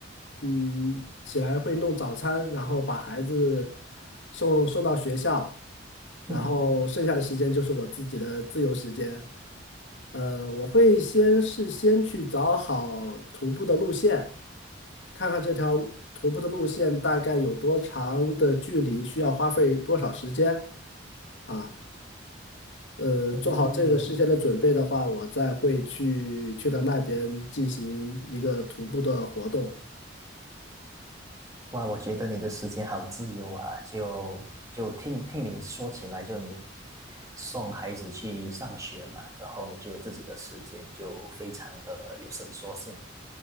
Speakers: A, on the left (about 80°); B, on the right (about 15°).
A: 嗯，起来会弄早餐，然后把孩子送送到学校，然后剩下的时间就是我自己的自由时间。
B: 嗯
A: 呃，我会先事先去找好徒步的路线，看看这条徒步的路线大概有多长的距离，需要花费多少时间啊。呃，
B: 嗯，
A: 做好这个事先的准备的话，我再会去去到那边进行一个徒步的活动。
B: 哇，我觉得你的时间好自由啊！就就听听你说起来，就你送孩子去上学嘛，然后你就有自己的时间，就非常的有伸缩性。